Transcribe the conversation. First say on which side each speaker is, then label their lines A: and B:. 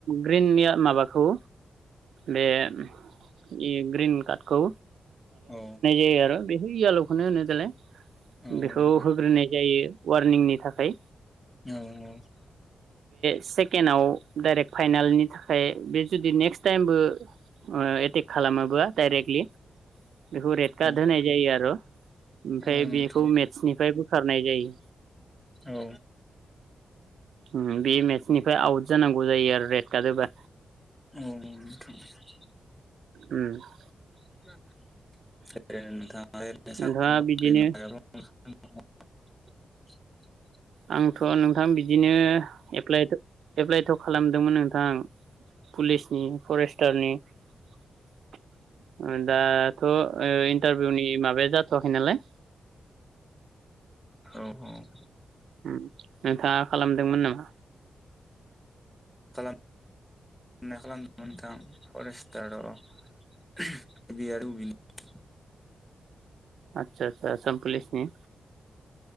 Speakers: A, on the right (about 80°); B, in the centre.
A: ग्रिननिया माबाखौ बे इ ग्रिन कार्डखौ
B: औ
A: यो आरो बेखो इयाल'खोनो होनो देलाय
B: औ
A: बेखौ
B: नोंथां
A: होग्रोनाय जायो । वारनिंनि थाखाय
B: औ औ ।
A: सेकेण्ड आव डाइरेक्ट फाइनालनि थाखाय बे जुदि नेक्सट तायेम बो ओ एटेक खालामाबा डाइरेक्टलि बेखौ रेड कार्ड
B: औ
A: होनाय जायो आरो ओमफ्राय
B: औ नोंथां
A: बेखौ मेटसनिफ्राय बोखारनाय जायो।
B: औ
A: उम बे मेटसनिफ्राय आउट जानांगौ जायो आरो रेड गारोबा
B: औ नोंथां ।
A: उम ।
B: <unintelligible> नोंथां <unintelligible> ओरैनो साख्रि
A: नोंथाङा
B: बाख्रि
A: बिदिनो
B: उम <unintelligible>
A: आंथ नोंथां बिदिनो एप्लाइथ एप्लाइथ खालामदोंमोन नोंथां पुलिसनि फरेस्टारनि ओ दा थ इन्टारभिउनि माबाया जाथ थ आखै नालाय
B: औ औ ।
A: उम नोंथाङा खालामदोंमोन नामा?
B: <unintelligible> खालामदोंमोन नोंथां फरेस्टार ए बि आरो इउ बि नि ।
A: आच्छा आच्छा आसाम पुलिजनि